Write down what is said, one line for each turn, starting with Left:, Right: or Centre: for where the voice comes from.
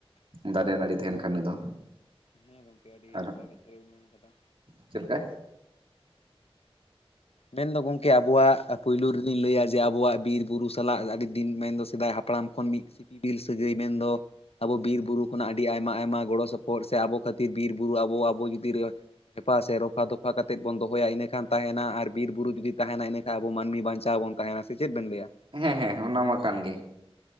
Right: ᱫᱟᱨᱮ ᱱᱟᱹᱲᱤ ᱛᱟᱦᱮᱱ ᱠᱷᱟᱱ ᱜᱮ ᱫᱚ
Left: ᱦᱮᱸ ᱜᱚᱝᱠᱮ ᱟᱹᱰᱤ ᱜᱮ
Right: ᱟᱨ
Left: ᱱᱟᱯᱟᱭ ᱠᱟᱛᱷᱟ ᱜᱮᱢ ᱢᱮᱱ ᱟᱠᱟᱫᱟ
Right: ᱪᱮᱫ ᱞᱮᱠᱟ
Left: ᱢᱮᱱᱫᱚ ᱜᱚᱢᱠᱮ ᱟᱵᱚᱣᱟᱜ ᱯᱩᱭᱭᱞᱳ ᱨᱮᱞᱤᱧ ᱞᱟᱹᱭᱟ ᱡᱮ ᱟᱵᱚᱣᱟᱜ ᱵᱤᱨ ᱵᱩᱨᱩ ᱥᱟᱞᱟᱜ ᱟᱹᱰᱤ ᱫᱤᱱ ᱢᱮᱱᱫᱚ ᱥᱮᱫᱟᱭ ᱦᱟᱯ ᱦᱟᱯᱲᱟᱢ ᱠᱷᱚᱱ ᱢᱤᱫ ᱥᱤᱯᱤᱵᱤᱞ ᱥᱟᱹᱜᱟᱹᱭ ᱢᱮᱱᱫᱚ ᱟᱵᱚ ᱵᱤᱨᱵᱩᱨᱩ ᱠᱷᱚᱱᱟᱜ ᱟᱹᱰᱤ ᱟᱭᱢᱟ ᱟᱭᱢᱟ ᱜᱚᱲᱚ ᱥᱚᱯᱚᱦᱚᱫ ᱥᱮ ᱟᱵᱚ ᱠᱷᱟᱹᱛᱤᱨ ᱵᱤᱨᱼᱵᱩᱨᱩ ᱟᱵᱚ ᱟᱵᱚ ᱡᱩᱫᱤ ᱨᱮᱯᱷᱟ ᱥᱮ ᱨᱚᱯᱷᱟ ᱫᱚᱯᱷᱟ ᱠᱟᱛᱮᱫ ᱵᱚᱱ ᱫᱚᱦᱚᱭᱟ ᱤᱱᱟᱹᱠᱷᱟᱱ ᱛᱟᱦᱮᱱᱟ ᱟᱨ ᱵᱤᱨ ᱵᱩᱨᱩ ᱡᱩᱫᱤ ᱛᱟᱦᱮᱱᱟ ᱤᱱᱟᱹᱠᱷᱟᱱ ᱟᱵᱚ ᱢᱟᱹᱱᱢᱤ ᱵᱟᱧᱪᱟᱣ ᱵᱚᱱ ᱛᱟᱦᱮᱱᱟ ᱥᱮ ᱪᱮᱫ ᱵᱮᱱ ᱞᱟᱹᱭᱟ
Right: ᱦᱮᱸ ᱦᱮᱸ ᱚᱱᱟ ᱢᱟ ᱠᱟᱱ ᱜᱮ